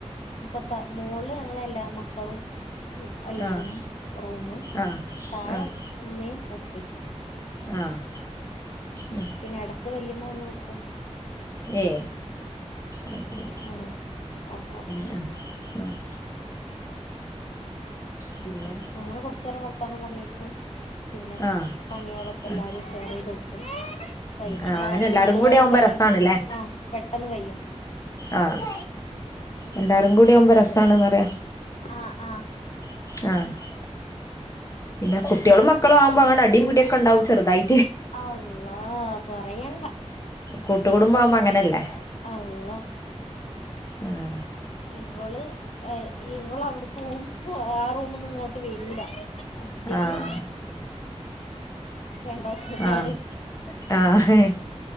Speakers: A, on the left; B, on the left.
A: പപ്പാ മോളില് ഞങ്ങളെല്ലാ മക്കളും ഉം എല്ലാരും
B: ആഹ്
A: റൂമും,
B: ആഹ്
A: താഴെ
B: ആഹ്
A: ഉമ്മേം ഉപ്പേം.
B: ആഹ് ഉം
A: പിന്നെ എടക്ക് വല്യമ്മ വന്നു നിക്കും.
B: ഏ അയ് ശരി
A: അങ്ങനെ അപ്പം
B: ആഹ് ആഹ് പിന്നെ
A: അങ്ങനെ കൊറച്ചുനേരം വർത്താനം പറഞ്ഞിരിക്കും പിന്നെ
B: ആഹ്
A: പണികളൊക്കെ എല്ലാരും
B: ആഹ്
A: ഷെയർ ചെയ്തെടുക്കും. കയ്യും
B: ആഹ്
A: അതാണ്‌
B: അങ്ങനെ എല്ലാരും
A: അതുകൊണ്ട്
B: കൂടി
A: വേഗം
B: ആവുമ്പോ
A: കയ്യും
B: രസാണ്ല്ലേ
A: ആഹ് പെട്ടെന്ന് കയ്യും.
B: ആഹ് എല്ലാരും കൂടി ആവുമ്പാ രസാണെന്നറിയ്യോ.
A: ആഹ് ആഹ്
B: ആഹ് പിന്ന കുട്ടികളും മക്കളും ആവുമ്പോ അങ്ങനെ അടീം പിടീം ഒക്കെണ്ടാവും ചെറുതായി
A: അള്ളാ പറയണ്ട.
B: കൂട്ടുകുടുംബാവുമ്പം അങ്ങനല്ലേ.
A: അള്ളാ.
B: ഉം
A: ഇവള് ഏഹ് ഇവളവിടെ പോകുമ്പോ ആഹ് റൂമിന്നിങ്ങോ വരൂല അധികോം
B: ആഹ്
A: രണ്ടൊച്ചപ്പാട്
B: ആഹ് ആഹ്